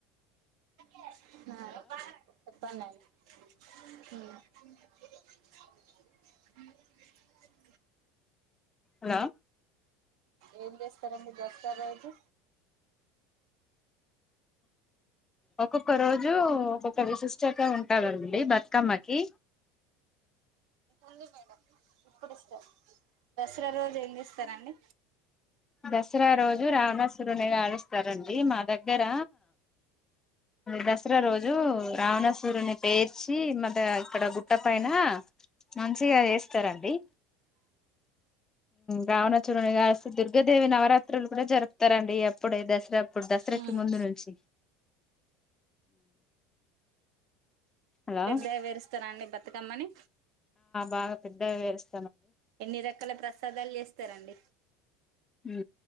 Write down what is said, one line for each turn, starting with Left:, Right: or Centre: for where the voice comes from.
Right: అ చెప్పండి ఉ <inaudible>
Left: అలో
Right: ఏం చేస్తారండి దసరా రోజు
Left: ఒక్కొక్క రోజు ఒక్కొక్క విశిష్టంగా ఉంటదండి బతుకమ్మకి
Right: ఉంది మేడం ఇప్పుడు ఇస్తా దసరా రోజు ఏం చేస్తారండి
Left: దసరా రోజు రావణాసురుని కాలుస్తారండి, మా దగ్గర, దసరా రోజు రావణసురుని పేర్చి మాద ఇక్కడ గుట్ట పైన
Right: ఉమ్
Left: మంచిగా
Right: ఉమ్
Left: చేస్తారండి. రావణసురుని కలిసి దుర్గాదేవి నవరాత్రులు కూడా జరుపుతారండి. అప్పుడే దసరా అప్పుడు దసరాకి
Right: ఉమ్
Left: ముందు నుంచి హలో
Right: పెద్దగా పేరుస్తారా అండి బతుకమ్మని
Left: బాగా పెద్దగా పేరుస్
Right: ఎన్ని రకాల ప్రసాదాలు చేస్తారండి
Left: ఉ